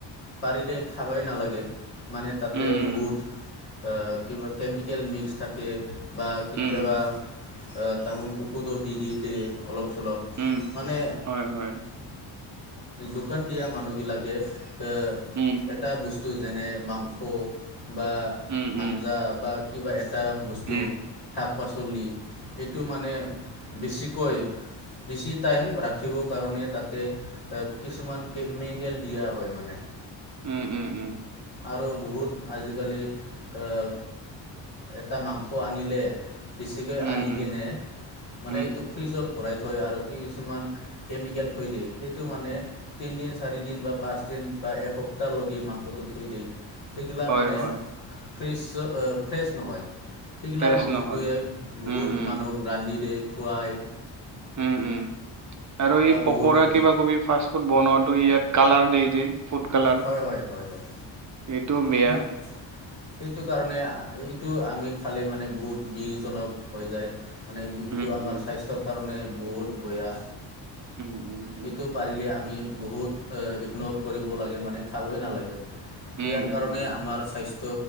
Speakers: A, on the left (about 50°); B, on the right (about 40°).
A: পাৰিল খাবই নালাগে। মানে তাতে
B: উম, উম,
A: বহুত কিবা কেমিকেল মিক্স থাকে। বা কেতিয়াবা
B: উম,
A: তাহোন ঔষধো দি দি দিয়ে। অলপ চলপ
B: উম,
A: মানে।
B: হয়, হয়,
A: দোকান দিয়া মানুহবিলাকে এ
B: উম,
A: এটা বস্তু যেনে মাংস বা
B: উম, উম,
A: আঞ্জা বা কিবা এটা বস্তু
B: উম,
A: শাক। শাক পাচলি এইটো মানে বেছিকৈ বেছি টাইম ৰাখিবৰ কাৰণে তাতে কিছুমান কেমিকেল দিয়া হয় মানে।
B: উম, উম, উম।
A: আৰু বহুত আজিকালি, আহ এটা মাংস আনিলে বেছিকৈ
B: উম,
A: আনি
B: উম,
A: কিনে, মানে
B: উম,
A: এইটো ফ্ৰ্ৰীজত ভৰাই থৈ আৰু কিছুমান কেমিকেল থই দিয়ে সেইটো মানে, তিনিদিন চাৰি দিন বা পাঁচদিন বা এসপ্তাহলৈকে মাংসটো থৈ দি সেইগিলা
B: হয়,
A: মানে
B: হয়,
A: ফ্ৰছ-ফ্ৰেছ নহয়। সেইগিলা
B: ফ্ৰেছ
A: মাংসটোৱে,
B: নহয়, উম,
A: বহুত
B: উম,
A: মানুহক ৰান্ধি দিয়ে খুৱায়।
B: উম, উম আৰু এই পকৰা
A: বহুত দেখিছোঁ
B: কিবা কবি ফাষ্টফুড বনোৱাটো ইয়াত কালাৰ দিয়ে যে ফুড কালাৰ,
A: হয় হয় হয় হয়
B: সেইটো বেয়া।
A: সেই সেইটো কাৰণে এইটো আমি খালে মানে বহুত বিহজনক হৈ যায়। মানে এইটো
B: উম,
A: আমাৰ
B: উম,
A: স্বাস্থ্যৰ কাৰণে বহুত বয়া।
B: উম, উম, উম,
A: সেইটো পাৰিলে আমি বহুত আহ ইগনৰ কৰিব লাগে। মানে খাবই নালাগে,
B: উম,
A: ইয়াৰ
B: উম,
A: কাৰণে
B: উম,
A: আমাৰ স্বাস্থ ত'